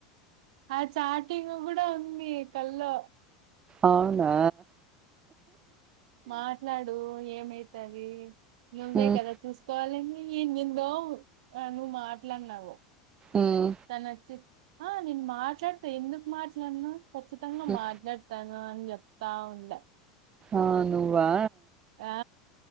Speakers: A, on the right; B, on the right.
A: ఆ చాటింగ్ కూడా ఉంది కల్లో
B: అవునా
A: మాట్లాడు ఏమై తదీ నువ్వే
B: ఉమ్
A: కదా చూసుకోవాలి ఏందేందో ఆ నువ్వు మాట్లాడినావు
B: ఉమ్
A: తనొచ్చి ఆ నేను మాట్లాడుత ఎందుకు మాట్లాడను ఖచ్చితంగా
B: ఉమ్.
A: మాట్లాడుతాను ఆ అనీ చెప్తావుండ
B: ఆ నువ్వా?
A: ఆ